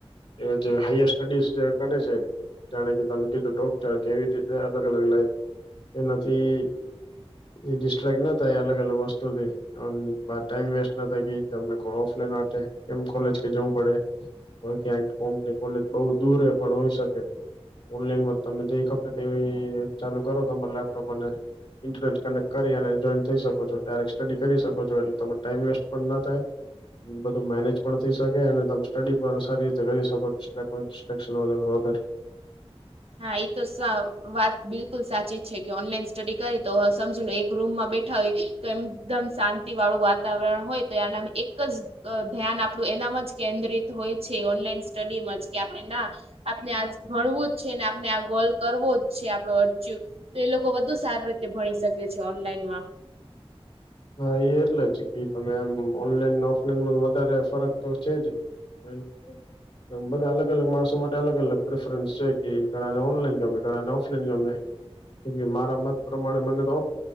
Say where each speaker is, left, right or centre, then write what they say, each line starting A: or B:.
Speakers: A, on the left; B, on the right.
A: એ જે હાયર સ્ટડીઝ જે કરે છે જાણે કે તમે કીધું ડોકચાર કેવી રીતે અલગ અલગ લાઈન એનાથી એ ડિસ્ટ્રેક્ટ ના થાય અલગ અલગ વસ્તુથી ટાઈમ વેસ્ટ ના થાય કે તમને ના એમ કોલેજ કે જવું પડે ક્યાં કોમની કોલેજ બઉુ દૂર પણ હોય શકે ઓનલાઈન માં તમે જે ખપે તે ચાલુ કરો તમા લેપટોપ અને ઇન્ટરનેટ કનેક્ટ કરી અને જોઈન થઈ શકો છો ડાયરેક્ટ સ્ટડી કરી શકો છો એટલે તરો ટાઈમ વેસ્ટ પણ ના થાય બધું મેનેજ પણ થઇ શકે અને તમે સ્ટડી પણ સારી રીતે કરી શકો છ કોઈ ડિફક્શન અગર
B: હા એ તો વાત બિલકુલ સાચી જ છે કે ઓનલાઈન સ્ટડી કરી તો સમજી લો એક રૂમમાં બેઠા હો તો એમદમ શાંતિ વાળું વાતાવરણ હોય તો એના એક જ ધ્યાન આપણું એનામાં જ કેન્દ્રિત હોય છે ઓનલાઈન સ્ટડીમાં જ કે આપણે ના આપણે આ ભણવું જ છે ને આપણે આ ગોલ કરવો જ છે આપડ અરચ તો એ લોકો વધુ સારી રીતે ભણી શકે છે ઓનલાઈન માં
A: હા એ એટલે જ કે તમે ઓનલાઈન ને ઓફલાઈનમાં વધારે ફરક તો છે જ મ બધા અલગ અલગ માણસો માટે અલગ અલગ પ્રેફરન્સ છે કે ઘણા ને ઓનલાઈન ગમે ઘણાને ઓફલાઈન ગમે કે મારા મત પ્રમાણે મને તો